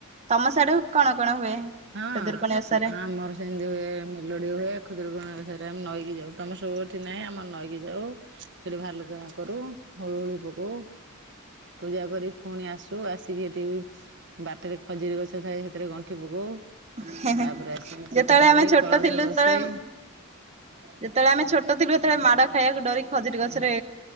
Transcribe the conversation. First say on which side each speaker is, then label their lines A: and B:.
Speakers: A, on the right; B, on the right.
A: ତମ ସିଆଡେ କଣ କଣ ହୁଏ?
B: ହଁ
A: ଖୁଦୁରୁକୁଣୀ ଓଷାରେ?
B: ଆ ମର ସେମିତି ହୁଏ ମେଲୋଡି ହୁଏ। ଖୁଦୁରୁକୁଣୀ ଓଷା ଆମେ ନଈକି ଯାଉ ତମେ ସବୁଠି ନାହିଁ ଆମର ନଈକି ଯାଉ। ହେଠି ଭାଲୁକା କରୁ ହୁଳୁ ହୁଳୁ ପକଉ। ପୂଜା କରିକି ପୁଣି ଆସୁ ଆସିକି ଏଠି ବି ବାଟରେ ଖଜୁରୀ ଗଛ ଥାଏ ସେଥିରେ ଗଣ୍ଠି ପକଉ।
A: ହେଁ
B: ତାପରେ
A: ହେଁ
B: ଆସିକି ଚିତା
A: ଯେତେବେଳେ
B: ପକେଇ
A: ଆମେ ଛୋଟ
B: କଳସ
A: ଥିଲୁ
B: ବସେଇ
A: ସେତେବେଳେ ଯେତେବେଳେ ଆମେ ଛୋଟ ଥିଲୁ ସେତେବେଳେ ମାଡ ଖାଇବାକୁ ଡରି ଖଜୁରୀ ଗଛରେ